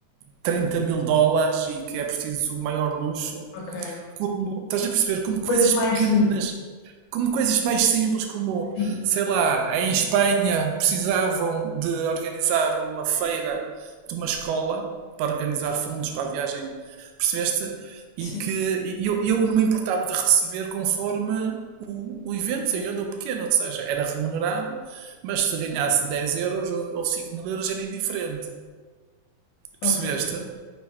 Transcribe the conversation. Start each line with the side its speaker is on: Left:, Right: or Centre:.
Right: 30 mil dólares e que é preciso o maior luxo
Left: ok.
Right: como, estás a perceber, como coisas
Left: Coisas mais
Right: pequeninas,
Left: simples,
Right: como coisas mais simples, como,
Left: sim,
Right: sei lá, em Espanha precisavam de organizar uma feira de uma escola para organizar fundos para a viagem, percebeste? E
Left: sim,
Right: que e eu, eu não me importava de receber conforme o, o evento, seja onde ou pequeno, ou seja, era remunerado, mas se ganhasse 10 euros ou, ou 5 mil euros era indiferente,
Left: ok.
Right: percebeste?